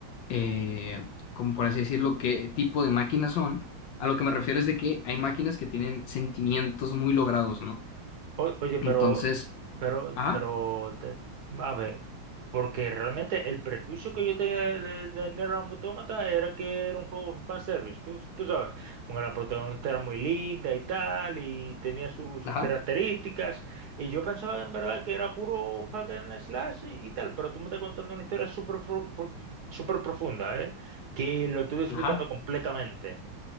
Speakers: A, on the left; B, on the right.
A: eh, como por así decirlo, qué tipo de máquinas son. A lo que me refiero es de que hay máquinas que tienen sentimientos muy logrados, ¿no?
B: O- Oye,
A: Entonces,
B: pero, pero,
A: ajá,
B: pero, te- a ver, porque realmente el prejuicio que yo tenía de, de, de Nier Automata era que era un juego fanservice, tú, tú sabes, bueno, la protagonista era muy linda y tal, y tenía su- sus
A: ajá,
B: características, y yo pensaba en verdad que era puro hack and slash y, y tal, pero tú me estás contando una historia súper fru- pro- súper profunda, ¿eh? Que lo estoy desubicando
A: ajá,
B: completamente.